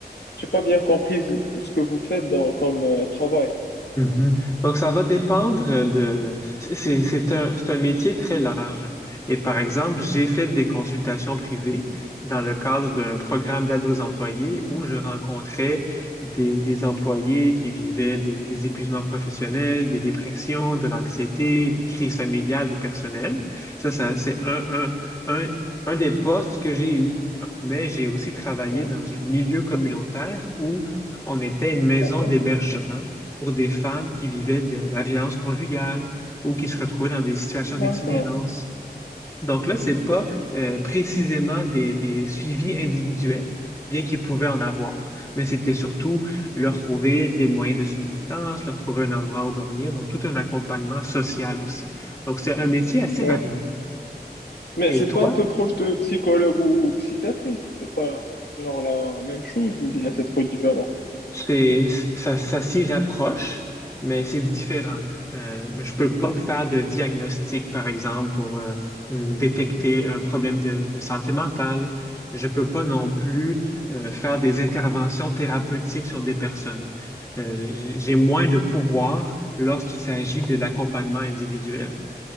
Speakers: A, on the left; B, on the left.
A: j'ai pas bien compris ce ce que vous faites dans, comme euh, travail.
B: Mhm. Donc, ça va dépendre euh, de... C'est c'est un, c'est un métier très large. Et par exemple, j'ai fait des consultations privées dans le cadre d'un programme d'aide aux employés où je rencontrais des, des employés qui vivaient des, des épuisements professionnels, des dépressions, de l'anxiété, des crises familiales ou personnelles. Ça, ça, c'est un, un, un, un des postes que j'ai eu. Mais j'ai aussi travaillé
A: Hein
B: dans un milieu communautaire où on était une maison
A: D'accord,
B: d'hébergement pour des femmes qui vivaient de la violence conjugale ou qui se retrouvaient dans des situations
A: d'accord.
B: d'itinérance. Donc là, c'est pas euh, précisément des, des suivis individuels, bien qu'ils pouvaient en avoir, mais c'était surtout leur trouver des moyens de subsistance, leur trouver un endroit où dormir, donc tout un accompagnement social aussi. Donc c'est un métier assez
A: Ouais.
B: varié.
A: Mais
B: Et
A: c'est
B: toi,
A: pas un peu proche de psychologue ou psychiatrie? C'est pas genre la même chose ou bien c'est trop différent?
B: C'est, ça, ça s'y rapproche, mais c'est différent. Euh, je peux pas faire de diagnostic, par exemple, pour euh, hum, détecter un problème de, de santé mentale. Je peux pas non plus euh, faire des interventions thérapeutiques sur des personnes. Euh, j'ai j'ai moins de pouvoir lorsqu'il s'agit de l'accompagnement individuel.